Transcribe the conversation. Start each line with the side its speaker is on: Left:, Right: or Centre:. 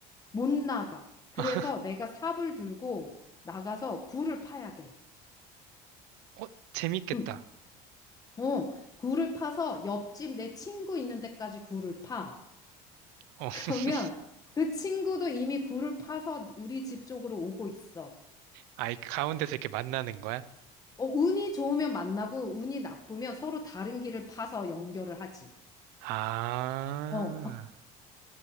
Left: 못 나가. 그래서
Right: <laughs>
Left: 내가 삽을 들고 나가서 굴을 파야 돼.
Right: 어, 재밌겠다.
Left: 응. 어, 굴을 파서 옆집 내 친구 있는 데까지 굴을 파.
Right: 어,
Left: <laughs> 그러면
Right: <laughs>
Left: 그 친구도 이미 굴을 파서 우리 집 쪽으로 오고 있어.
Right: 아이, 가운데서 이렇게 만나는 거야?
Left: 어, 운이 좋으면 만나고 운이 나쁘면 서로 다른 길을 파서 연결을 하지.
Right: 아,
Left: 어,